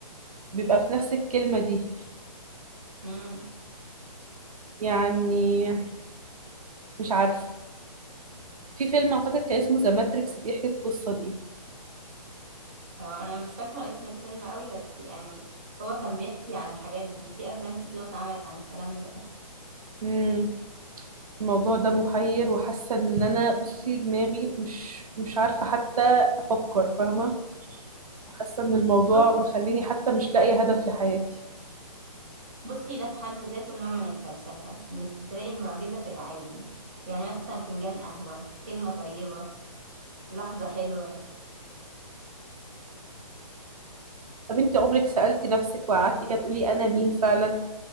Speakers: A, on the right; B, on the right.
A: بيبقى في نفس الكلمة دي
B: امم
A: يعني مش عارف في فيلم اعتقد كان اسمه ذا ماتريكس بيحكي القصة دي
B: هو أنا مش فاكرة اسم الفيلم قوي بس يعني هو كان بيحكي عن الحاجات دي في أفلام كتيرة اتعملت عن الكلام
A: مم. الموضوع ده محير وحاسه ان انا بصي دماغي مش مش عارفه حتى افكر فاهمه حاسه ان الموضوع
B: ده
A: مخليني حتى مش لاقيه هدف لحياتي
B: بصي ده في حد ذاته نوع من الفلسفة إنك تلاقي المعجزة في العادي يعني مثلا فنجان قهوة كلمة طيبة لحظة حلوة
A: طب انت عمرك سالتي نفسك وقعدتي كده تقولي انا مين فعلا